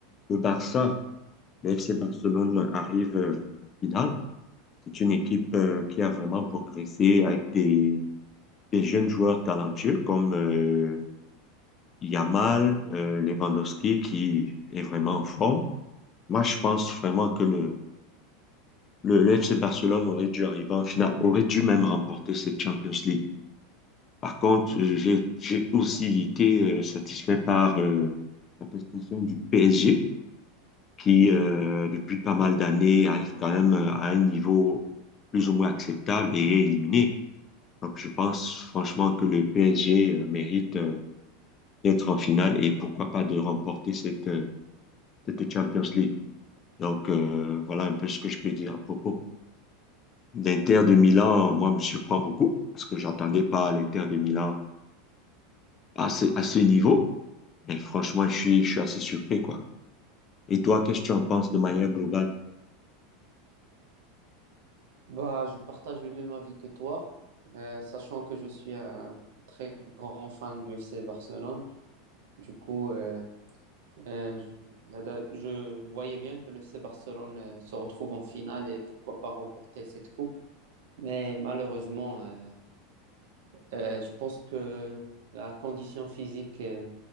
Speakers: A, on the left; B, on the right.
A: le Barça, le FC Barcelone arrive euh, en finale. C'est une équipe euh, qui a vraiment progressé avec des, des jeunes joueurs talentueux comme euh, Yamal, euh, Lewandowski qui est vraiment en forme. Moi, je pense vraiment que le, le, le FC Barcelone aurait dû arriver en finale, aurait dû même remporter cette Champions League. Par contre, euh, j'ai, j'ai aussi été euh, satisfait par euh, la prestation du PSG, qui, euh, depuis pas mal d'années, arrive quand même euh, à un niveau plus ou moins acceptable et est éliminé. Donc, je pense franchement que le PSG euh, mérite euh, d'être en finale et pourquoi pas de remporter cette, euh, cette Champions League. Donc, euh, voilà un peu ce que je peux dire à propos. L'Inter de Milan, moi, me surprend beaucoup parce que j'attendais pas l'Inter de Milan à ce, à ce niveau. Mais franchement, je suis, je suis assez surpris, quoi. Et toi, qu'est-ce que tu en penses de manière globale?
B: Bah, je partage le même avis que toi, euh, sachant que je suis un très grand fan du FC Barcelone. Du coup, euh, euh, je, je voyais bien que le FC Barcelone euh, se retrouve en finale et pourquoi pas remporter cette coupe. Mais malheureusement, euh, euh, je pense que la condition physique euh,